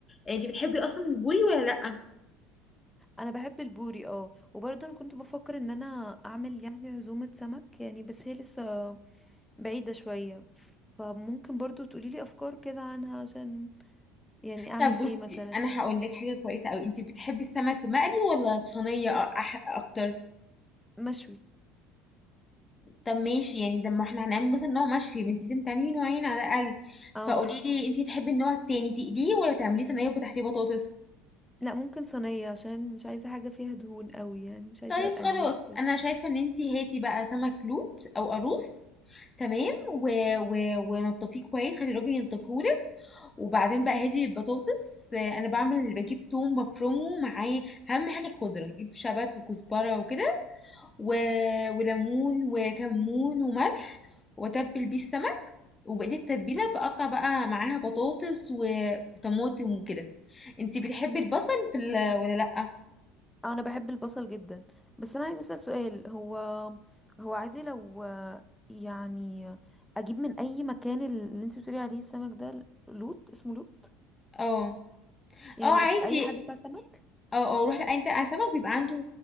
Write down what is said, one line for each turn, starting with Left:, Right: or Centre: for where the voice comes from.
Left: انت بتحبي اصلا البوري ولا لا
Centre: انا بحب البوري اه وبرضه انا كنت بفكر ان انا اعمل يعني عزومة سمك يعني بس هي لسه بعيدة شوية فممكن برضه تقوليلي افكار كده عنها عشان يعني اعمل
Left: طب بصي
Centre: ايه مثلا
Left: انا هقول لك حاجه كويسه قوي انتي بتحبي السمك مقلي ولا في صينيه أ- أح اكتر
Centre: مشوي
Left: طب ماشي يعني ده ما احنا هنعمل مثلا نوع مشوي ما انتي لازم تعملي نوعين على الاقل
Centre: اه
Left: فقولي لي انتي تحبي النوع التاني تقليه ولا تعمليه صينيه وتحتيه بطاطس
Centre: لا ممكن صينية عشان مش عايزة حاجة فيها دهون قوي يعني مش عايزة
Left: طيب خلاص
Centre: اليو وكده.
Left: انا شايفه ان انتي هاتي بقى سمك لوت او قاروص تمام و... و... ونضفيه كويس خلي الراجل ينضفهولك وبعدين بقى هاتي البطاطس آه، انا بعمل بجيب توم مفرومه معاه اهم حاجه الخضره جيب شبت وكزبره وكده و... وليمون وكمون وملح واتبل بيه السمك وبقيت التتبيله بقطع بقى معاها بطاطس و- وطماطم وكده انتي بتحبي البصل في ال... ولا لا
Centre: اه انا بحب البصل جدا بس انا عايزة اسأل سؤال هو هو عادي لو يعني اجيب من اي مكان اللي انت بتقولي عليه السمك ده لوت اسمه لوت
Left: اه
Centre: يعني
Left: اه عادي
Centre: في اي حد بتاع سمك
Left: اه اه روح لأ، انت على سمك بيبقى عنده